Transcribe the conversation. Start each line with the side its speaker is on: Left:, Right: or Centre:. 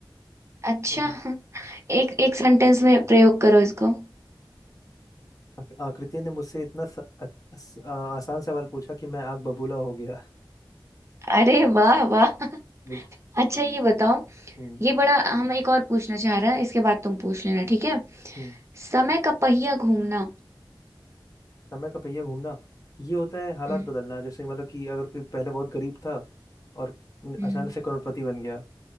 Right: अच्छा
Left: <laughs>
Right: एक एक सेंटेंस में प्रयोग करो इसको
Left: आक- आकृति ने मुझसे इतना स, अ- अस- आ, आसान सवाल पूछा कि मैं आग बबूला हो गया
Right: अरे वाह वाह <laughs>
Left: बिल्कुल
Right: अच्छा ये बताओ
Left: हम्म
Right: ये बड़ा हम एक और पूछना चाह रहे हैं इसके बाद तुम पूछ लेना ठीक है
Left: हम्म।
Right: समय का पहिया घूमना
Left: समय का पहिया घूमना ये होता है हालात
Right: हम्म
Left: बदलना जैसे मतलब कि अगर कोई पहले बहुत गरीब था और
Right: हम्म,
Left: अचानक से करोड़पति बन गया